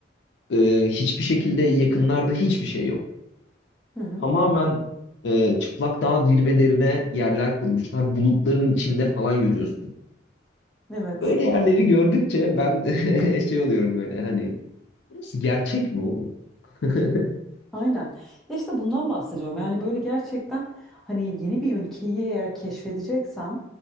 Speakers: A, on the left (about 70°); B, in the centre.
A: e, hiçbir şekilde yakınlarda hiçbir şey yok.
B: Hı hı.
A: Tamamen e, çıplak dağ zirvelerine yerler kurmuşlar. Bulutların içinde falan yürüyorsun.
B: Evet.
A: Böyle yerleri gördükçe ben <laughs> şey oluyorum böyle hani burası gerçek mi oğlum? Hı
B: Aynen. Ya işte bundan bahsediyorum. Yani böyle gerçekten hani yeni bir ülkeyi eğer keşfedeceksem